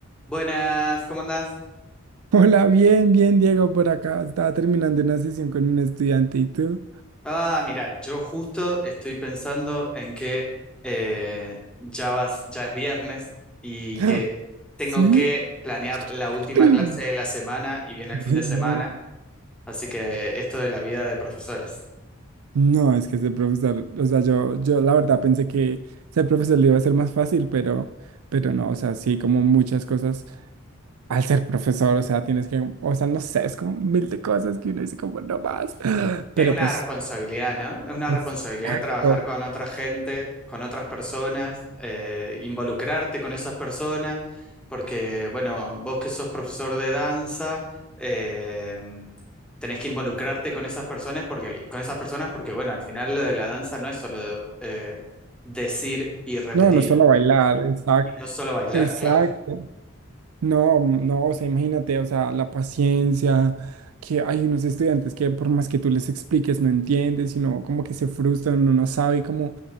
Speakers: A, in the centre; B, on the right.
A: Buenas, ¿cómo andás?
B: Hola, bien, bien, Diego, por acá. Estaba terminando una sesión con un estudiante y tú.
A: Ah, mira, yo justo estoy pensando en que eh, ya vas, ya es viernes y
B: <gasps>
A: que tengo
B: ¿Sí?
A: que planear la última
B: <clears throat>
A: clase de la semana y viene
B: Ay,
A: el fin de semana,
B: no.
A: así que esto de la vida de profesores.
B: No, es que ser profesor, o sea, yo, yo la verdad pensé que ser profesor le iba a ser más fácil, pero, pero no, o sea, sí, como muchas cosas. Al ser profesor, o sea, tienes que, o sea, no sé, es como mil de cosas que uno dice como no más. <gasps>
A: Es
B: Pero
A: una
B: pues,
A: responsabilidad, ¿no? Es una
B: exacto.
A: responsabilidad trabajar con otra gente, con otras personas, eh, involucrarte con esas personas, porque, bueno, vos que sos profesor de danza, eh, tenés que involucrarte con esas personas porque, con esas personas porque, bueno, al final lo de la danza no es solo eh, decir y repetir,
B: No, no es solo bailar, exacto.
A: y no solo bailar,
B: Exacto.
A: <laughs> claro.
B: No, mm, no, o sea, imagínate, o sea, la paciencia, que hay unos estudiantes que por más que tú les expliques no entienden, sino como que se frustran, uno no sabe como